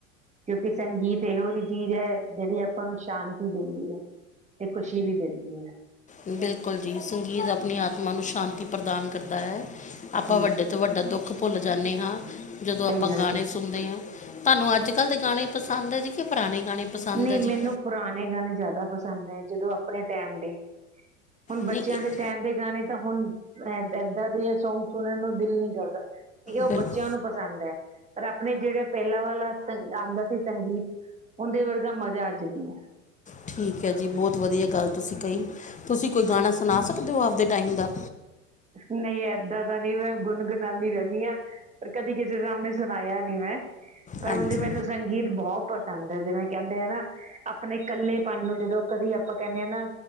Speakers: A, on the right; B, on the left.
A: ਕਿਉਂਕਿ ਸੰਗੀਤ ਏਹੋ ਜਿ ਚੀਜ ਐ ਜੇੜੀ ਆਪਾਂ ਨੂੰ ਸ਼ਾਂਤੀ ਦੇਂਦੀ ਐ, ਤੇ ਖੁਸ਼ੀ ਵੀ ਦੇਂਦੀ ਐ।
B: ਬਿਲਕੁਲ ਜੀ ਸੰਗੀਤ ਆਪਣੀ ਆਤਮਾ ਨੂੰ ਸ਼ਾਂਤੀ ਪ੍ਰਦਾਨ ਕਰਦਾ ਐ, ਆਪਾਂ
A: ਜੀ
B: ਵੱਡੇ ਸਬ ਤੋ ਵੱਡਾ ਦੋੱਖ ਭੁੱਲ ਜਾਂਨੇ ਹਾਂ, ਜਦੋਂ ਆਪਾਂ
A: ਸਹੀ ਗੱਲ
B: ਗਾਣੇ
A: ਕਹੀ।
B: ਸੁਨਦੇ ਆਂ, ਥਾਂਨੂੰ ਆੱਜ-ਕਾੱਲ ਦੇ ਗਾਣੇ ਪਸਾਂਦ ਆ ਕਿ ਪਰਾਣੇ ਗਾਣੇ ਪਸੰਦ
A: ਨਈ
B: ਹੈ
A: ਮੈਨੂੰ
B: ਜੀ
A: ਪੁਰਾਨੇ ਗਾਨੇ ਜਾਦਾ ਪਸੰਦ ਐ ਜਦੋਂ ਆਪਨੇ ਟੈਮ ਦੇ। ਹੁਨ ਬੱਚੇਆਂ
B: ਨਹੀਂ ਇਹ-
A: ਦੇ ਟੈਮ ਦੇ ਗਾਣੇ ਤਾਂ ਹੁਨ ਐ, ਐਦਾਂ ਦੇ ਆ ਸੌਂਗ ਸੁਣਨ ਨੂੰ ਦਿਲ ਨੀ ਕਰਦਾ। ਏਈ ਓ
B: ਬਿਲਕੁਲ
A: ਬੱਚੇਆਂ ਨੂੰ ਪਸੰਦ ਐ। ਪਰ ਆਪਨੇ ਜੇੜਾ ਪੇਲਾਂ ਵਾਲਾ ਸੰ, ਆਂਦਾ ਸੀ ਸੰਗੀਤ ਓਂਦੇ ਵਰ ਦਾ, ਮਜਾ ਆੱਜ ਨੀ ਐ।
B: ਠੀਕ ਹੈ ਜੀ ਬੋਤ ਵਧੀਆ ਗੱਲ ਤੁਸੀਂ ਕਹੀ ਤੁਸੀਂ ਕੋਈ ਗਾਣਾ ਸੁਣਾ ਸਕਦੇ ਹੋ ਆਪਦੇ ਟਾਈਮ ਦਾ।
A: ਨਹੀਂ ਏਦਾਂ ਤਾਂ ਨਹੀਂ ਮੈਂ ਗੁਨਗੁਣਾਂਦੀ ਰੈਂਦੀ ਹਾਂ। ਪਰ ਕਦੀ ਕਿਸੇ ਸਾਮਨੇ ਸੁਣਾਇਆ ਨੀ ਮੈਂ ਪਰ
B: ਹਾਂਜੀ
A: ਉਂਜ ਮੈਨੂੰ ਸੰਗੀਤ ਬੋਤ ਪਸੰਦ ਹੈ ਜਿਵੇਂ ਕੈਂਦੇ ਆ ਨਾ ਆਪਣੇ ਕੱਲੇਪਨ ਨੂੰ ਜਦੋਂ ਕਦੀ ਆਪਾਂ ਕੈਂਦੇ ਹਾਂ ਨਾ